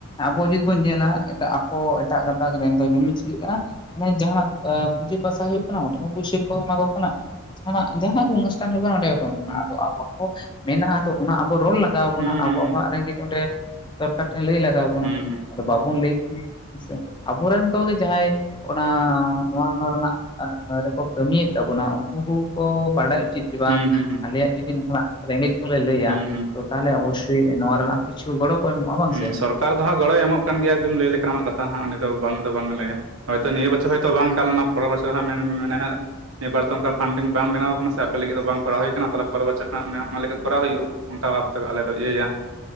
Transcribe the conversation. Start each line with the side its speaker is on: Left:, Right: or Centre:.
Left: ᱟᱵᱚ ᱡᱩᱫᱤ ᱵᱚᱱ ᱧᱮᱞᱟ ᱮᱴᱟᱜ ᱟᱠᱚ ᱮᱴᱟᱜ ᱜᱟᱸᱛᱟᱠ ᱨᱮᱱ ᱫᱚ ᱧᱮᱞ ᱢᱮ ᱪᱤᱠᱟᱹᱜ ᱠᱟᱱᱟ ᱢᱟᱱᱮ ᱡᱟᱦᱟᱸ ᱮᱸ ᱯᱩᱡᱟᱹ ᱯᱟᱥᱟ ᱦᱩᱭᱩᱜ ᱠᱟᱱᱟ ᱚᱸᱰᱮ ᱦᱚᱸ ᱯᱩᱭᱥᱟᱹ ᱠᱚ ᱮᱢᱟ ᱠᱚ ᱠᱟᱱᱟ᱾ ᱡᱟᱦᱟᱱᱟᱜ ᱡᱟᱦᱟᱱᱟᱜ ᱚᱱᱥᱴᱟᱱ ᱦᱩᱭᱩᱜ ᱠᱟᱱᱟ ᱚᱸᱰᱮ <unintelligible>
Right: ᱦᱩᱸ
Left: ᱟᱫᱚ ᱟᱵᱚᱣᱟᱜ ᱢᱮᱱᱟᱜᱼᱟ ᱟᱫᱚ ᱚᱱᱟ ᱟᱵᱚ ᱨᱚᱲ ᱞᱟᱜᱟᱣ
Right: ᱦᱩᱸ
Left: ᱵᱚᱱᱟ ᱟᱵᱚ ᱟᱵᱚᱣᱟᱜ ᱨᱮᱸᱜᱮᱡ ᱚᱸᱰᱮᱼᱼ ᱥᱚᱨᱠᱟᱨ ᱴᱷᱮᱱ ᱞᱟᱹᱭ ᱞᱟᱜᱟᱣ ᱵᱚᱱᱟ
Right: ᱦᱩᱸ
Left: ᱟᱫᱚ ᱵᱟᱵᱚᱱ ᱞᱟᱹᱭ ᱠᱷᱟᱱ ᱦᱮᱸ ᱥᱮ ᱟᱵᱚ ᱨᱮᱱ ᱠᱚ ᱜᱮ ᱡᱟᱦᱟᱸᱭᱼᱼ ᱚᱱᱟ ᱱᱚᱣᱟ ᱨᱮᱱᱟᱜ ᱨᱮ ᱠᱚ ᱠᱟᱹᱢᱤᱭ ᱮᱫ ᱛᱟᱵᱚᱱᱟ ᱩᱱᱠᱩ ᱦᱚᱸ ᱠᱚ ᱵᱟᱰᱟᱭᱼᱼ ᱪᱮᱫ ᱜᱮ ᱵᱟᱝ
Right: ᱦᱩᱸ ᱦᱩᱸ ᱦᱩᱸ
Left: ᱟᱞᱮᱭᱟᱜ ᱡᱩᱫᱤ ᱱᱟᱝᱠᱟᱱᱟᱜ ᱨᱮᱸᱜᱮᱡ ᱠᱚᱞᱮ ᱞᱟᱹᱭᱟ
Right: ᱦᱩᱸ ᱦᱩᱸ
Left: ᱛᱚ ᱛᱟᱦᱚᱞᱮ ᱚᱵᱚᱥᱥᱳᱭ ᱱᱚᱣᱟ ᱨᱮᱱᱟᱜ ᱠᱤᱪᱷᱩ ᱜᱚᱲᱚ ᱠᱚ ᱮᱢᱚᱜᱼᱟ ᱵᱟᱝ
Right: ᱦᱩᱸ
Left: ᱥᱮ,
Right: ᱥᱚᱨᱠᱟᱨ ᱫᱚ ᱦᱟᱜ ᱜᱚᱲᱚᱭ ᱮᱢᱚᱜ ᱠᱟᱱ ᱜᱮᱭᱟ ᱮᱠᱫᱚᱢ ᱡᱩᱫᱤᱢ ᱞᱟᱹᱭ ᱞᱮᱠᱷᱟᱱ ᱟᱢ ᱠᱟᱛᱷᱟ ᱦᱟᱜ ᱱᱤᱛᱳ ᱵᱟᱝ ᱫᱚ ᱵᱟᱝ ᱞᱟ. ᱭᱟ ᱦᱚᱭᱛᱚ ᱱᱤᱭᱟᱹ ᱵᱚ ᱪᱷᱚ ᱦᱚᱭᱛᱳ ᱵᱟᱝ ᱜᱟᱱ ᱞᱮᱱᱟ ᱯᱚᱨᱮᱵᱚᱪᱷᱚᱨ ᱦᱚᱸ ᱢᱮ <unintelligible> ᱱᱤᱭᱟᱹᱵᱟᱨ ᱛᱚ ᱚᱱᱠᱟ ᱯᱷᱟᱱᱰᱤᱝ ᱵᱟᱝ ᱵᱮᱱᱟᱣ ᱟᱠᱟᱱᱟ ᱥᱮ ᱟᱯᱮ ᱞᱟᱹᱜᱤᱫ ᱫᱚ ᱵᱟᱝ ᱠᱚᱨᱟᱣ ᱦᱩᱭᱩᱜ ᱟᱠᱟᱱᱟ ᱛᱟᱦᱚᱞᱮ ᱯᱚᱨᱮᱨ ᱵᱚᱪᱷᱚᱨ ᱠᱷᱟᱱ ᱚᱱᱟ ᱞᱟᱹᱜᱤᱫ ᱠᱚᱨᱟᱣ ᱦᱩᱭᱩᱜᱼᱟ ᱚᱱᱠᱟ᱾ ᱛᱚᱵᱮ ᱟᱞᱮ ᱫᱚ ᱤᱭᱟᱹᱭᱟ